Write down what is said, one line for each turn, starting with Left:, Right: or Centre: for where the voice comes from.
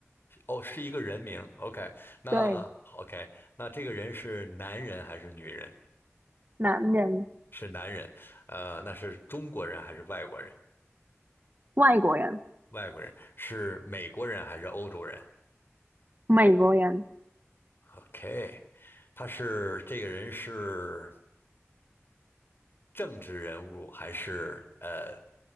Left: 哦，是一个人名，OK，那
Right: 对，
Left: OK，那这个人是男人还是女人？
Right: 男人、
Left: 是男人，呃，那是中国人还是外国人？
Right: 外国人、
Left: 外国人是美国人还是欧洲人
Right: 美国人
Left: ？OK，他是这个人是政治人物还是呃